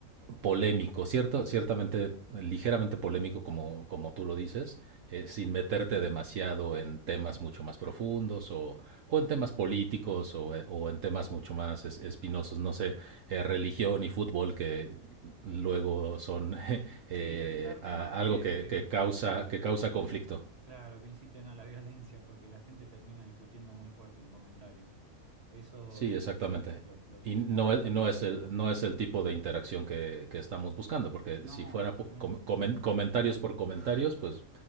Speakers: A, on the right; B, on the right.
A: polémico, cierto, ciertamente ligeramente polémico como, como tú lo dices, eh, sin meterte demasiado en temas mucho más profundos o, o en temas políticos o, eh, o, en temas mucho más es, espinosos, no sé, eh, religión y fútbol que luego son <laughs> eh,
B: Sí, evitar
A: a-
B: temas que,
A: algo que,
B: que-
A: que, causa,
B: que,
A: que causa conflicto.
B: claro, que inciten a la <laughs> violencia, porque la gente termina discutiendo muy fuerte en comentarios. Eso
A: Sí,
B: sí,
A: exactamente.
B: sí, lo, lo
A: Y
B: tenemos
A: no
B: bastante
A: es, no
B: claro.
A: es, el, no es el tipo de interacción que, que estamos buscando, porque
B: No,
A: si fuera
B: totalmente,
A: po- com- comen-
B: claro.
A: comentarios por comentarios, pues